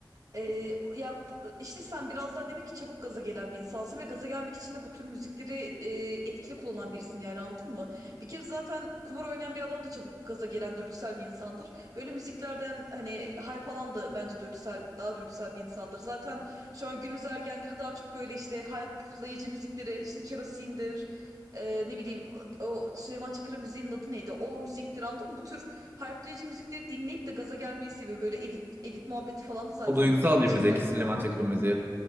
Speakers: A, on the right; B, on the right.
A: ee, ya bu- işte sen biraz daha demek ki çabuk gaza gelen bir insansın ve gaza gelmek için de bu tür müzikleri e, etkili kullanan birisin yani anladın mı? Bir kere zaten kumar oynayan bir adam da çabuk gaza gelen dürtüsel bir insandır. Böyle müziklerden hani hype alan da bence dürtüsel, daha dürtüsel bir insandır. Zaten şu an günümüz ergenleri daha çok böyle işte hype'layıcı müzikleri işte kerosindir. e, ne bileyim o Süleyman Çakır'ın müziğinin adı neydi? O müziktir anladın mı? Bu tür hype'layıcı müzikleri dinleyip de gaza gelmeyi seviyor. Böyle edit muhabbeti falan da zaten
B: O duygusal
A: bundan
B: bir
A: çıktı.
B: müzik Süleyman Çakır'ın müziği.